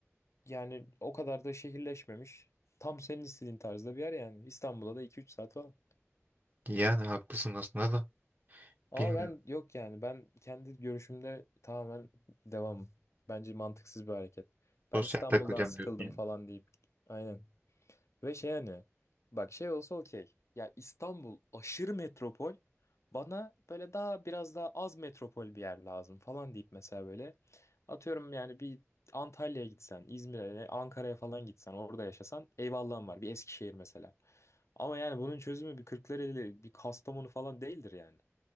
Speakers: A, on the left; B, on the right.
A: yani o kadar da şehirleşmemiş. Tam senin istediğin tarzda bir yer yani. İstanbul'a da iki üç saat falan.
B: Yani haklısın aslında da
A: Ama
B: bilmiyorum.
A: ben yok yani ben kendi görüşümde tamamen devam. Bence mantıksız bir hareket. Ben
B: Sosyal
A: İstanbul'dan
B: takılacağım
A: sıkıldım
B: diyorsun yani.
A: falan deyip. Aynen. Ve şey hani bak şey olsa okey. Ya İstanbul aşırı metropol. Bana böyle daha biraz daha az metropol bir yer lazım falan deyip mesela böyle atıyorum yani bir Antalya'ya gitsen, İzmir'e, e, Ankara'ya falan gitsen, orada yaşasan eyvallahım var. Bir Eskişehir mesela. Ama yani bunun çözümü bir Kırklareli, bir Kastamonu falan değildir yani.